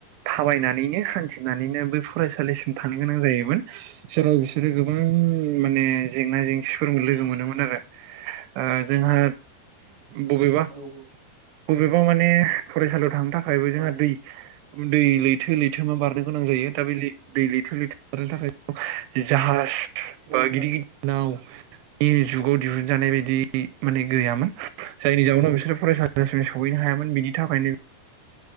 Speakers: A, on the right; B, on the right.
A: थाबायनानैनो हान्थिनानैनो बै फरायसालिसिम थां गोनां जायोमोन जेराव बिसोर बिसोरो गोबां माने जेंना जेंसिफोर लोगो मोनोमोन आरो। ओ जोंहा बबेबा
B: औ
A: बबेबा माने फरायसालियाव थांनो थाखायबो जोंहा
B: औ
A: दै दै लैथो लैथो लैथोमा बारनो गोनां जायो दा बे दै लैथो लैथो बारनो थाखाय जाहाज बा
B: औ खोनादों
A: गिदिर गिदिर नावनि जुगाव दिहुनजानाय बायदि माने गैयामोन। जायनि जाउनाव
B: औ
A: बिसोरो फरायसालिसिम सहैनो हायामोन बिनि थाखायनो